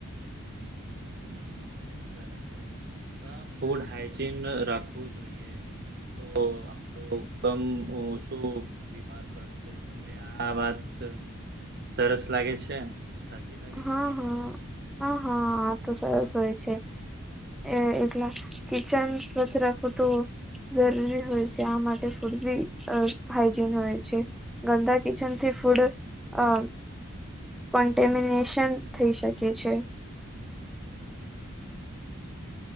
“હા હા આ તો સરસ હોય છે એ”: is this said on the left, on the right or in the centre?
Centre